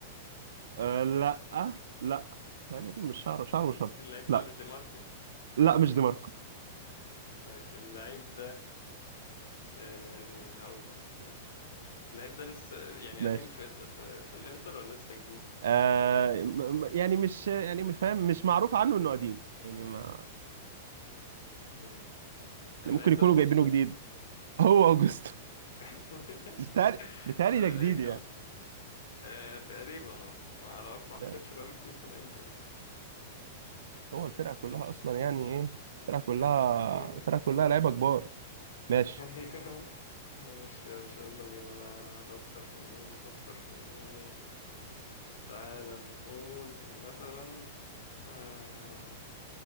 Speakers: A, on the right; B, on the left.
A: أه لا لا تقريبا مش شعره شعره مش ابيض
B: اللعيب ده
A: لا
B: مش دي ماركو
A: لا مش دي ماركو
B: طيب اللعيب ده أه هقول لك استنى اللعيب ده لسه يعني
A: ماشي
B: قديم في في, في الانتر ولا لسه جديد
A: أه م- م- يعني مش يعني مش فاهم مش معروف عنه انه قديم يعني ما
B: مم. اللعيب
A: يعني ممكن يكونوا
B: ده اوجوستو
A: جايبينه جديد <laughs> هو اوجستو
B: <laughs>
A: بتهيألي بتهيألي
B: ايوه
A: ده جديد
B: عليك
A: يعني
B: هلا. أه تقريبا اه ما اعرف ما اعتقدش
A: ده-
B: بقاله كتير في الانتر يعني.
A: هو الفرقة كلها اصلا يعني ايه الفرقة كلها
B: <laughs>
A: الفرقة كلها لعيبة كبار ماشي
B: ايوه ماشي يا باشا يلا بينا انا افكر في مين افكر في مين تعال نقول مثلا آه